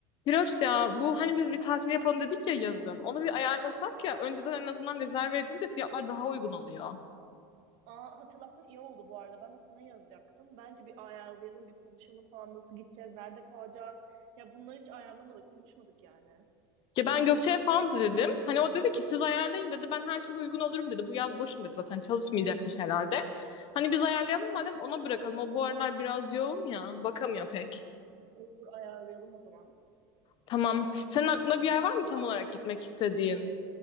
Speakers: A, on the left; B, on the right.
A: Hiroş ya bu hani biz bir tatil yapalım dedik ya yazın. Onu bir ayarlasak ya önceden en azından rezerve edince fiyatlar daha uygun oluyor.
B: Aa, hatırlattın iyi oldu bu arada. Ben de sana yazacaktım. Bence bir ayarlayalım, bir konuşalım falan. Nasıl gideceğiz, nerede kalacağız? Ya bunları hiç ayarlamadık, konuşmadık yani.
A: Ya ben Gökçe'ye falan dedim. Hani o dedi ki siz ayarlayın dedi. Ben her türlü uygun olurum dedi. Bu yaz boşum dedi zaten çalışmayacakmış herhalde. Hani biz ayarlayalım madem ona bırakalım. O bu aralar biraz yoğun ya. Bakamıyor pek.
B: Olur ayarlayalım o zaman.
A: Tamam. Senin aklında bir yer var mı tam olarak gitmek istediğin?